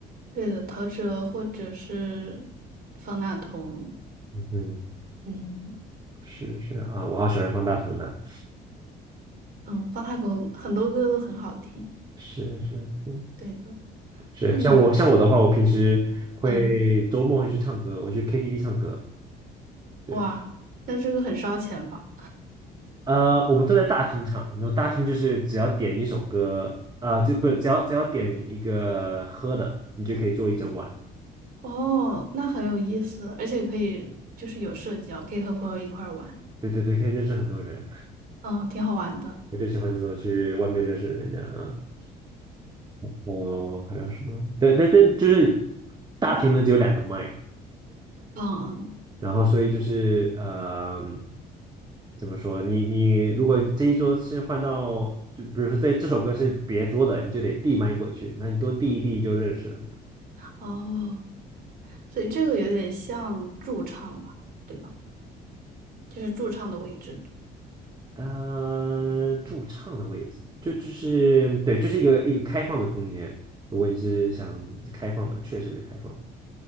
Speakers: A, on the right; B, on the right.
A: 对的，陶喆或者是方大同，
B: 嗯，
A: 嗯
B: 是是啊，我好喜欢方大同的，
A: 嗯，方大同很多歌都很好听。
B: 是是是
A: 对的，
B: 是，
A: 那你
B: 像我像我的话，我平时会周末会去唱歌，
A: 嗯
B: 我去 KTV 唱歌。对，
A: 哇，那这个很烧钱吧？
B: 呃，我们都在大厅唱，然后大厅就是只要点一首歌，啊、这不只要只要点一个喝的，你就可以坐一整晚。
A: 哦，那很有意思，而且可以就是有社交，可以和朋友一块儿玩，
B: 对对对，可以认识很多人，
A: 嗯，挺好玩的。
B: 我就喜欢这种去外面认识人的。啊。我还有什么？对，那这就是大厅呢，只有两个麦，
A: 嗯嗯，
B: 然后所以就是呃，怎么说？你你如果这一桌是换到，就比如说这这首歌是别桌的，你就得递麦过去，那你多递一递就认识了。
A: 哦，所以这个有点像驻唱吧，对吧？就是驻唱的位置。
B: <laughs> 呃，驻唱的位置，就就是对，就是一个一个开放的空间。如果你是想开放的，确实是开放的